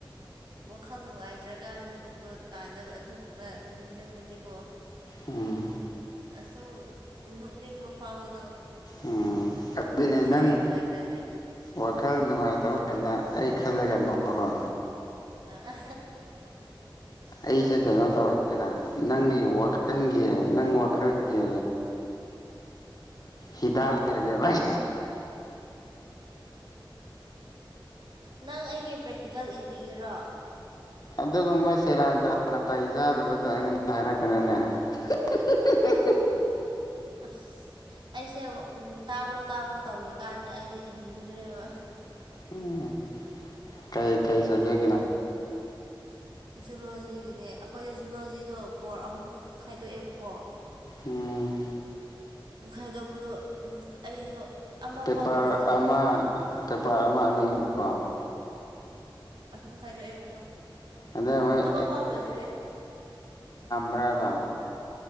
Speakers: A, on the right; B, on the left.
A: ꯋꯥꯈꯜ ꯅꯨꯡꯉꯥꯏꯇ꯭ꯔꯒꯅꯒꯨꯝꯕ ꯀꯥꯟꯗ ꯑꯗꯨꯒꯨꯝꯕ ꯅꯤꯡꯁꯤꯡꯉꯗꯤꯀꯣ
B: ꯎꯝ
A: ꯑꯁꯨꯝ ꯅꯣꯛꯅꯤꯡꯕ ꯐꯥꯎꯕꯗꯣ
B: ꯎꯝ ꯑꯗꯨꯅꯦ
A: ꯋꯥꯈꯜꯒ
B: ꯅꯪ
A: ꯅꯨꯡꯉꯥꯏꯇ꯭ꯔꯗꯤ
B: ꯋꯥꯈꯜ ꯅꯨꯡꯉꯥꯏꯇꯧ ꯑꯩ ꯈꯜꯂꯒ ꯅꯣꯡꯃꯒꯣ
A: ꯑ
B: ꯑꯩꯁꯦ ꯀꯩꯅꯣ ꯇꯧꯔꯒꯦꯗ ꯅꯪꯒꯤ ꯋꯥꯈꯜꯒꯤ ꯅꯪ ꯋꯥꯈꯜꯒꯤ
A: <inaudible>
B: ꯍꯤꯗꯥꯥꯛ ꯊꯒꯦ ꯚꯥꯏ
A: ꯅꯪ ꯑꯩꯒꯤ ꯄ꯭ꯔꯦꯛꯇꯤꯀꯦꯜ ꯏꯕꯤꯒꯦꯔꯣ
B: ꯑꯗꯨꯒꯨꯝꯕ ꯁꯦꯔꯟ ꯇ ꯅꯥꯇꯩ ꯆꯥꯗꯕꯗꯣ ꯑꯩꯉꯣꯟꯗ ꯍꯥꯏꯔꯛꯀꯅꯤꯅꯦ ꯍꯍꯍꯍꯍꯍ
A: ꯑꯁ ꯑꯩꯁꯦ ꯎ ꯇꯥꯕ꯭ꯔꯣ ꯇꯥꯕ꯭ꯔꯣ ꯇꯧꯔꯤꯛ ꯀꯥꯟꯗ ꯑꯩꯁꯨꯦ ꯏꯅꯤꯡꯗ꯭ꯔꯦꯕ
B: ꯎꯝ ꯀꯩ ꯀꯥꯏ ꯁꯕꯖꯦꯛ
A: ꯖꯨꯂꯣꯖꯤꯒꯤꯅꯦ ꯑꯩꯈꯣꯏꯗꯤ ꯖꯨꯂꯣꯖꯤꯗꯣ ꯀꯣꯔꯣꯔ ꯑꯍꯨꯝ ꯈꯥꯏꯗꯣꯛꯑꯦꯕꯀꯣ
B: ꯎꯝ
A: ꯈꯥꯏꯗꯣꯛꯄꯗꯣ ꯑꯩꯗꯣ ꯑꯃꯐꯥꯎ
B: ꯄꯦꯄꯥꯔ
A: ꯂꯣꯏꯗ꯭ꯔꯤ
B: ꯑꯃ ꯄꯦꯄꯥꯔ ꯑꯃ ꯑꯅꯤ ꯑꯍꯨꯝꯕꯒꯣ
A: ꯑꯍꯨꯝ ꯈꯥꯏꯗꯣꯛꯑꯦꯕꯀꯣ
B: ꯑꯗꯩ ꯃꯣꯏ
A: ꯑꯃꯐꯥꯎ ꯂꯣꯏꯗ꯭ꯔꯦ
B: ꯇ ꯭ꯔꯕ